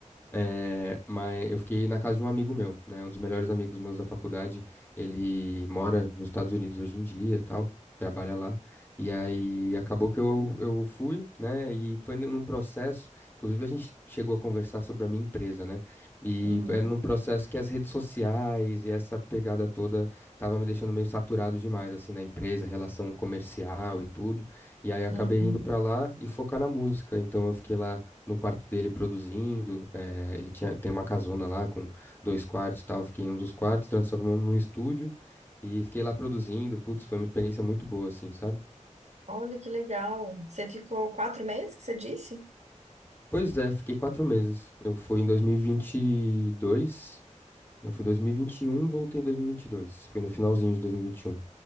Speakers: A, on the left (about 15°); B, on the right (about 65°).
A: é, mas eu fiquei na casa de um amigo meu, né? Um dos melhores amigos meus da faculdade. Ele mora nos Estados Unidos hoje em dia, e tal, trabalha lá. E aí acabou que eu, eu fui, né? E foi num processo. Inclusive, a gente chegou a conversar sobre a minha empresa, né? E
B: Uhum,
A: foi- era num processo que as redes sociais e essa pegada toda tava me deixando meio saturado demais, assim, na empresa, relação comercial e tudo. E aí acabei
B: uhum.
A: indo pra lá e focar na música. Então eu fiquei lá no quarto dele produzindo. É, Ele tinha, tem uma casona lá com dois quartos e tal. eu Fiquei em um dos quartos, transformamos num estúdio e fiquei lá produzindo. Putz, foi uma experiência muito boa, assim, sabe?
B: Olha que legal. Você ficou quatro meses que você disse?
A: Pois é, fiquei quatro meses. Eu fui em 2022, não, fui em 2021, voltei em 2022. Fui no finalzinho de 2021.